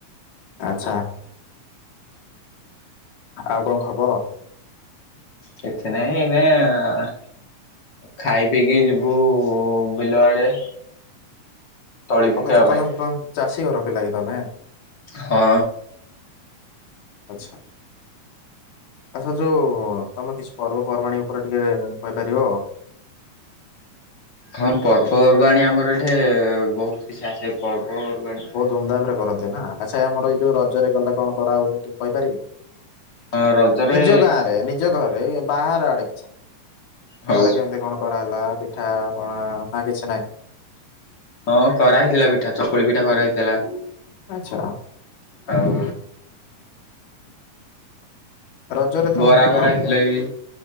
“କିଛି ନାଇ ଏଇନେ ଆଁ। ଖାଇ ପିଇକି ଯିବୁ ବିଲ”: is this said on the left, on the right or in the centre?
Left